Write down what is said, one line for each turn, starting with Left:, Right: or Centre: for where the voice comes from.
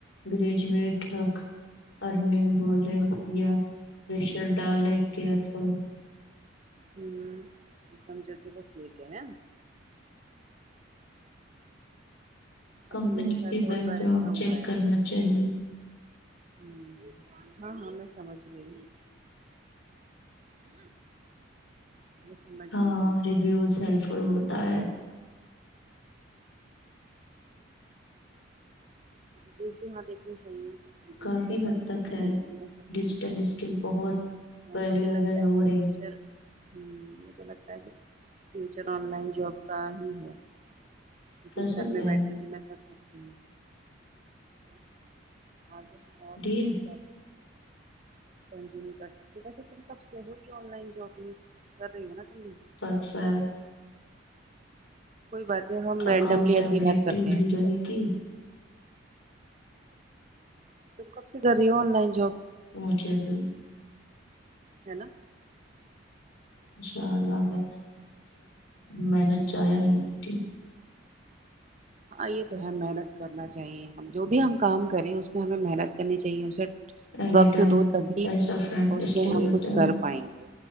Left: گریجویٹ تک ارننگ بولے روپیہ پریشر ڈالے کیئرفل
Right: ہو سمجھو کہ وہ فھیک ہے نہ اچھا
Left: کمپنی
Right: میرے ساتھ
Left: کے
Right: بہت
Left: بیک
Right: بار
Left: گراؤنڈ
Right: ایسا ہوا
Left: چیک
Right: ہے
Left: کرنا چاہیے
Right: <inaudible> ہاں ہاں میں سمجھ گئی ہوں میں سمجھ
Left: ہاں
Right: گئی تمہاری
Left: ریویوز ہیلپ فل ہو تا ہے
Right: بیچ بھی یہاں دیکھنی چاہیے ویڈیوز
Left: کافی
Right: تو خیر
Left: حد
Right: ہیلپ
Left: تک
Right: فل ہوتے
Left: ہے
Right: ہی تم نے صحیح
Left: ڈیجیٹل
Right: بولا
Left: اسکل بہت ویلیویبل
Right: مجھے لگتا ہے فیوچر
Left: ہو رہی
Right: ہوں مجھے لگتا ہے کہ فچر آن لائن جب کا ہی ہ کیونکہ
Left: کیسا
Right: گھر
Left: پلان
Right: میں بیٹھ کے ہی میں کر سکتی ہوں ہوں آگے ہم اور
Left: ڈیل
Right: دوس بات کنٹینیو کر سکتی ویسے تم کب سے ہوئی آن لائن جاب میں کر رہی ہو نا تم بھی
Left: پرفید
Right: کوئی بات نہیں ہم رینڈملی
Left: اکاؤنٹیبلٹی
Right: ایسی ہی بات کرتے
Left: بھی
Right: ہیں ٹھیک
Left: رہے
Right: ہے
Left: گی
Right: تم کب سے کر رہی ہو آن لائن جاب
Left: م کیا سی
Right: ہے نا
Left: ان شاء اللہ میں نے میں نے چایا نہیں ہوتی
Right: ہاں یہ تو ہے محنت کرنا چاہیے ہم جو بھی ہم کام کریں اس میں ہمیں محنت کرنی ج س
Left: اینی
Right: وقت
Left: ٹائم
Right: دو تبھی
Left: ایسا فرینڈ
Right: اس پ
Left: لیے
Right: ہم
Left: ہوتا
Right: کچھ
Left: ہے
Right: کر پائیں گے